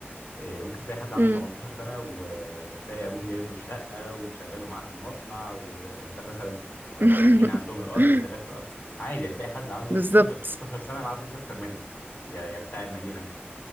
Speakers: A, on the left (about 45°); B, on the right (about 50°).
A: إيه، ممكن تلاقي حد عنده
B: مم.
A: 18 سنة وتلاقي أبوه جايب له الشقة ومشغله معاه في المصنع ومش مثلا لو
B: <laughs>
A: فلاحين عندهم الأرض شغال في الأرض عادي هتلاقي حد عنده
B: بالظبط
A: 16 16 سنة معاه فلوس أكتر منك يا يا بتاع المدينة أنت